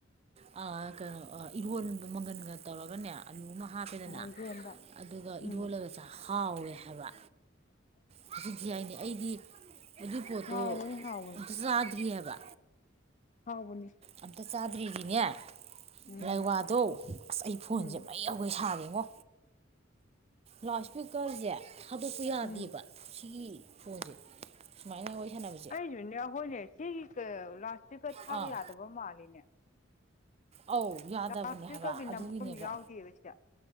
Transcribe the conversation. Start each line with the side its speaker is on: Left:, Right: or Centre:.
Right: ꯑ ꯀꯩꯅꯣ ꯑ ꯏꯔꯣꯟꯕꯥ ꯃꯪꯒꯟꯒꯥ ꯇꯧꯔꯥꯒꯅꯦ ꯑꯂꯨ ꯑꯃꯥ ꯍꯥꯞꯄꯦꯗꯅ
Left: ꯑ ꯏꯔꯣꯝꯕ
Right: ꯑꯗꯨꯒ
Left: ꯎꯝ
Right: ꯏꯔꯣꯜꯂꯒ ꯆꯥ ꯍꯥꯎꯋꯦ ꯍꯥꯏꯕ ꯅꯆꯤꯟ ꯊꯤ ꯍꯥꯏꯅꯤ ꯑꯩꯗꯤ ꯑꯗꯨꯏ ꯄꯣꯠꯇꯣ
Left: ꯍꯥꯎꯕꯅꯤ ꯍꯥꯎꯕꯅꯤ
Right: ꯑꯝꯇꯥ ꯆꯥꯗ꯭ꯔꯤꯑꯥꯕ
Left: ꯍꯥꯎꯕꯅꯦ
Right: ꯑꯝꯇꯥ ꯆꯥꯗ꯭ꯔꯤꯗꯤꯅꯦ
Left: ꯎꯝ
Right: ꯂꯥꯏ ꯋꯥꯗꯣ ꯑꯁ ꯑꯩ ꯐꯣꯟꯁꯦ
Left: ꯎꯝ
Right: ꯃꯩ ꯃꯩ ꯍꯧꯒꯩ ꯁꯥꯔꯦꯉꯣ ꯂꯥꯎꯠ ꯏꯁꯄꯤꯀꯔꯁꯦ ꯊꯥꯗꯣꯛꯄ ꯌꯥꯗꯦꯕ
Left: ꯎꯝ
Right: ꯁꯤꯒꯤ ꯐꯣꯟꯁꯦ ꯁꯨꯃꯥꯏꯅ ꯋꯥꯔꯤ ꯁꯥꯟꯅꯕ
Left: ꯑꯩꯁꯨꯅꯦ ꯍꯣꯏꯅꯦ ꯁꯤꯒꯤ ꯀ ꯂꯥꯎꯠ ꯏꯁꯀꯔ ꯊꯥꯕ
Right: ꯑꯥ
Left: ꯌꯥꯗꯕ ꯃꯥꯜꯂꯤꯅꯦ
Right: ꯑꯧ ꯌꯥꯗꯕꯅꯦ
Left: ꯂꯥꯎꯠ ꯏꯁꯄꯤꯀꯔꯒꯤ
Right: ꯍꯥꯏꯕ ꯑꯗꯨꯒꯤꯅꯦꯕ
Left: ꯅꯝꯐꯝ ꯌꯥꯎꯗꯦꯕ ꯁꯤꯗ